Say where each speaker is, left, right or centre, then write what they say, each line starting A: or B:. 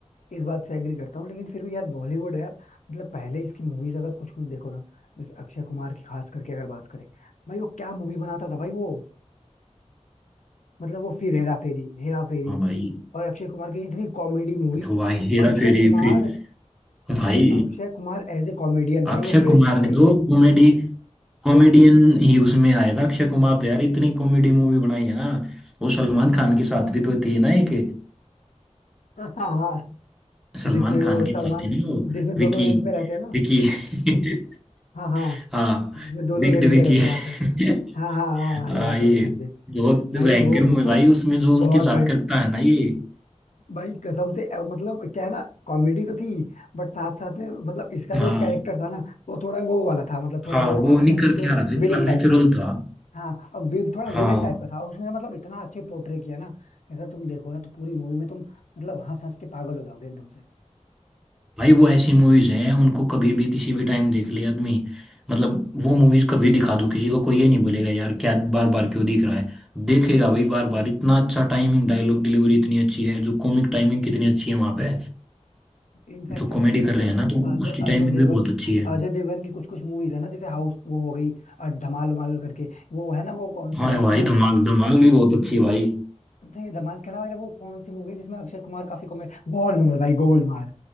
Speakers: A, on the left; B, in the centre.
A: इस बात से एग्री करता हूँ लेकिन फिर भी यार बॉलीवुड है यार मतलब पहले इसकी मूवीज अगर कुछ कुछ देखो ना जैसे अक्षय कुमार की खास करके अगर बात करें भाई वो क्या मूवी बनाता था भाई वो मतलब वो फिर हेरा फेरी हेरा फेरी
B: हाँ भाई
A: और अक्षय कुमार की इतनी कॉमेडी मूवीज
B: वाह
A: मतलब
B: हेरा
A: Akshay
B: फेरी
A: Kumar
B: फिर भाई
A: Akshay Kumar as a comedian भाई
B: अक्षय
A: वो बेस्ट
B: कुमार
A: है भाई
B: ने तो
A: वो
B: कॉमेडी कॉमेडियन ही उसमें आया था अक्षय कुमार तो यार इतनी कॉमेडी मूवी बनाई है ना वो सलमान खान के साथ भी तो थी ना एक
A: हाँ हाँ हाँ
B: सलमान
A: जिसमें
B: खान
A: वो सलमान
B: के साथ ही नहीं वो
A: जिसमें दोनों
B: विकी
A: रेंट पे रहते हैं ना
B: विकी <laughs>
A: हाँ हाँ
B: हाँ
A: जिसमें दोनों
B: विक्ड
A: रेंट
B: विकी
A: पे रहते
B: <laughs>
A: हैं वहां पे हाँ हाँ हाँ हाँ,
B: हाँ
A: याद
B: ये
A: है भाई मुझे
B: बहुत
A: भाई
B: भयंकर
A: वो
B: मूवी
A: वो
B: भाई उसमें जो
A: बहुत
B: उसके साथ
A: भाई
B: करता है ना ये
A: भाई कसम से अ, मतलब क्या है ना कॉमेडी तो थी बट साथ साथ में मतलब इसका जो
B: हाँ
A: कैरेक्टर था ना वो थोड़ा वो वाला था मतलब थोड़ा
B: हाँ
A: वो
B: वो
A: अ,
B: निखर
A: कह सकते हो
B: के आ रहा था इतना
A: विलेन टाइप
B: नेचुरल
A: का
B: था
A: हाँ अब वि, थोड़ा
B: हाँ
A: विलेन टाइप का था और उसने मतलब इतना अच्छे पोर्ट्रे किया ना कि अगर तुम देखो ना तो पूरी मूवी में तुम मतलब हंस हंस के पागल हो जाओगे एकदम से
B: भाई वो ऐसी मूवीज हैं उनको कभी भी किसी भी टाइम देख ले आदमी मतलब वो मूवीज कभी दिखा दो किसी को कोई ये नहीं बोलेगा यार क्या बार बार क्यों दिख रहा है देखेगा भाई बार बार इतना अच्छा टाइमिंग डायलॉग डिलीवरी इतनी अच्छी है जो कॉमिक टाइमिंग कितनी अच्छी है वहां पे
A: इनफैक्ट
B: जो
A: अगर
B: कॉमेडी
A: तुम
B: कर रहे
A: अ,
B: हैं ना तो
A: अजय
B: उसकी
A: अजय
B: टाइमिंग
A: देवगन
B: भी बहुत अच्छी है
A: अजय देवगन की कुछ कुछ मूवीज है ना जैसे हाउस वो हो गई अ, धमाल उमाल करके वो है ना वो कौन सी
B: हाँ
A: यार
B: भाई
A: वो-
B: धमाल धमाल भी बहुत अच्छी है भाई
A: नहीं धमाल के अलावा यार वो कौन सी मूवी है जिसमें अक्षय कुमार काफी कॉमेडी गोलमाल भाई गोलमाल